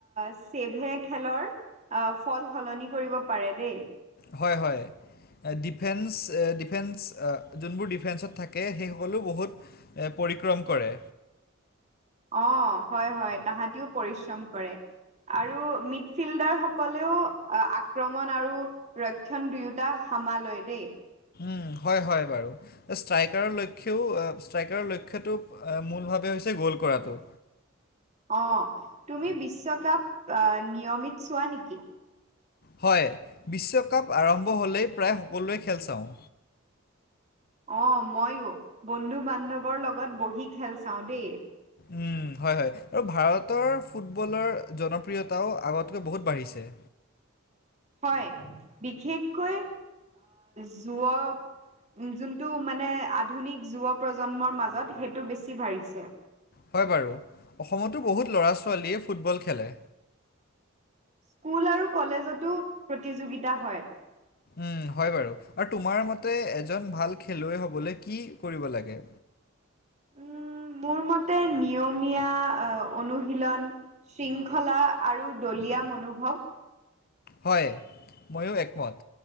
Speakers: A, on the right; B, on the left.
A: চছেভে খেলৰ অ', ফল সলনি কৰিব পাৰে দেই।
B: হয়, হয়। ডিফেন্স ডিফেন্স যোনবোৰ ডিফেন্সত থাকে সেইসকলেও বহুত এ, পৰিক্ৰম কৰে।
A: অ' হয় হয়, তাহাঁতিও পৰিশ্ৰম কৰে। আৰু মিডফিল্ডাৰ সকলেও আক্ৰমণ আৰু ৰক্ষণ দুয়োটা সামালয় দেই।
B: উ, হয় হয় বাৰু। ষ্ট্ৰাইকাৰৰ লক্ষ্যও উ, ষ্ট্ৰাইকাৰৰ লক্ষ্যটো মূল ভাৱে হৈছে গ'ল কৰাটো।
A: অ' তুমি বিশ্বকাপ নিয়মিত চোৱা নেকি?
B: হয়, বিশ্বকাপ আৰম্ভ হ'লেই প্ৰায় সকলোৰে খেল চাওঁ।
A: অ' ময়ো বন্ধু বান্ধৱৰ লগত বহি খেল চাওঁ দেই।
B: উম। হয় হয়, আৰু ভাৰতৰ ফুটবলৰ জনপ্ৰিয়তাও আগতকৈ বহুত বাঢ়িছে।
A: হয়, বিশেষকৈ যুৱ যোনটো মানে আধুনিক যুৱ প্ৰজন্মৰ মাজত সেইটো বেছি বাঢ়িছে।
B: হয় বাৰু, অসমতো বহুত ল'ৰা ছোৱালীয়ে ফুটবল খেলে।
A: স্কুল আৰু কলেজতো প্ৰতিযোগিতা হয়।
B: উম হয় বাৰু, আৰু তোমাৰ মতে এজন ভাল খেলুৱৈ হ'বলৈ কি কৰিব লাগে?
A: উম, মোৰ মতে উ, নিয়মীয়া অনুশীলন শৃংখলা আৰু দলীয়া মনোভৱ
B: হয় ময়ো একমত,